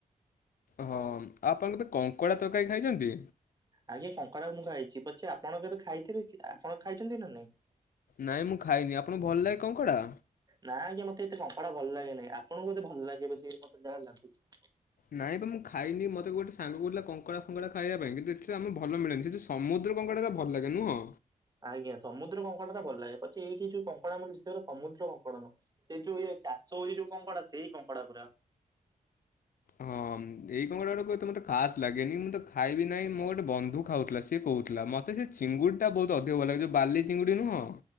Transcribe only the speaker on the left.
ହଁ ଆଉ ଆପଣ କେବେ କଙ୍କଡ଼ା ତରକାରୀ ଖାଇଛନ୍ତି?
ନାଇଁ ମୁଁ ଖାଇନି ଆପଣଙ୍କୁ ଭଲ ଲାଗେ କଙ୍କଡ଼ା?
ନାଇଁ ପା ମୁଁ ଖାଇନି ମତେ ଗୋଟେ ସାଙ୍ଗ କହୁଥିଲା କଙ୍କଡ଼ା ଫଙ୍କଡା ଖାଇବା ପାଇଁ କିନ୍ତୁ ଏଠି ଆମ ଭଲ ମିଳନି ସେ ସମୁଦ୍ର କଙ୍କଡ଼ାଟା ଭଲ ଲାଗେ ନୁହଁ?
ହଁ ଏଇ କଙ୍କଡ଼ା ଗୁଡିକ ଏତେ ମତେ ଖାସ ଲାଗେନି ମୁଁ ତ ଖାଇବି ନାହିଁ ମୁଁ ଗୋଟେ ବ ଖାଉଥିଲା ସେ କହୁଥିଲା ମତେ ସେ ଚିଙ୍ଗୁଡ଼ିଟା ବହୁତ ଅଧିକ ଭଲ ଲାଗେ ସେ ଯେଉ ବାଲି ଚିଙ୍ଗୁଡ଼ି ନୁହଁ